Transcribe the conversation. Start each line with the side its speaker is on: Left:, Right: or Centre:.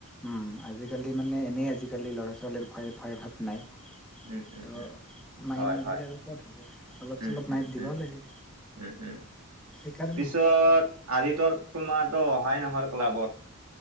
Centre: উম আজিকালি মানে এনেই আজিকালি ল'ৰা ছোৱালীৰ ভয় ভয় ভাৱ নাই।
Right: উম, উম,
Centre: ত'
Right: উম,
Centre: মাৰি
Right: হয়,
Centre: নিদিলে
Right: হয়,
Centre: আৰু ক'ত হ'ব অলপ
Right: উম,
Centre: চলপ
Right: উম,
Centre: মাৰি
Right: উম,
Centre: দিব লাগে।
Right: উম উম
Centre: সেইকাৰণে
Right: পিছত আৰিতৰ তোমাৰতো অহাই নহল ক্লাবত।